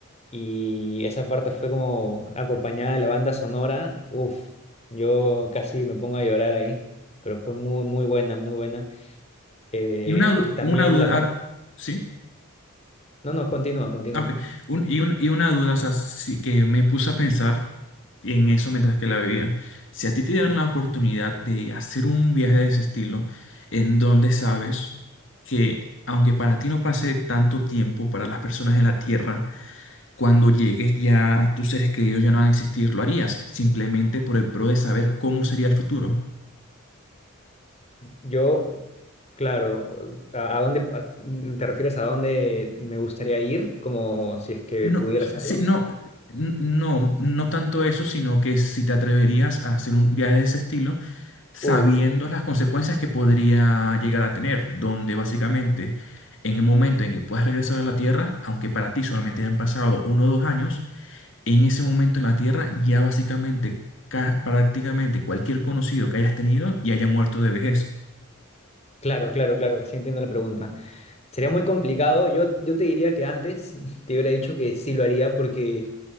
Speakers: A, on the left (about 30°); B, on the left (about 60°).
A: y esa parte fue como acompañada de la banda sonora. Uf, yo casi me pongo a llorar ahí, pero fue muy, muy buena, muy buena. Eh,
B: Y una, du-
A: y también
B: una duda,
A: la parte...
B: ahora- ¿sí?
A: No, no, continúa, continúa.
B: Ah, ok. Un- y, un- y una duda, o sea, sí, que me puse a pensar en eso mientras que la veía. Si a ti te dieran la oportunidad de hacer un viaje de ese estilo, en donde sabes que aunque para ti no pase tanto tiempo, para las personas en la Tierra, cuando llegues ya tus seres queridos ya no van a existir, ¿lo harías simplemente por el pro de saber cómo sería el futuro?
A: Yo, claro, ¿a, a dónde a- te refieres a dónde me gustaría ir? Como si es que
B: No,
A: pudiera hacerlo.
B: sí, no, n- no, no tanto eso, sino que si te atreverías a hacer un viaje de ese estilo sabiendo
A: Uy,
B: las consecuencias que podría llegar a tener, donde básicamente en el momento en que puedas regresar a la Tierra, aunque para ti solamente hayan pasado uno o dos años, en ese momento en la Tierra ya básicamente ca- prácticamente cualquier conocido que hayas tenido ya haya muerto de vejez.
A: claro, claro, claro, sí entiendo la pregunta. Sería muy complicado. Yo, yo te diría que antes <laughs> te hubiera dicho que sí lo haría porque